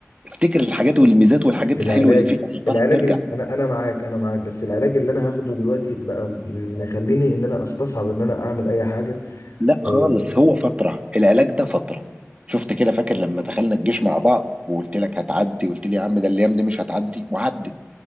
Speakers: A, on the right; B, on the left.
A: افتكر الحاجات والميزات والحاجات
B: العلاج
A: الحلوه اللي فيك عشان تعرف
B: العلاج
A: ترجع
B: ال... انا انا معاك انا معاك بس العلاج اللي انا هاخده دلوقتي بقى مخليني ان انا استصعب ان انا اعمل اي حاجه
A: لا
B: أه...
A: خالص هو فتره العلاج ده فتره شفت كده فاكر لما دخلنا الجيش مع بعض وقلت لك هتعدي قلت لي يا عم ده الايام دي مش هتعدي وعدت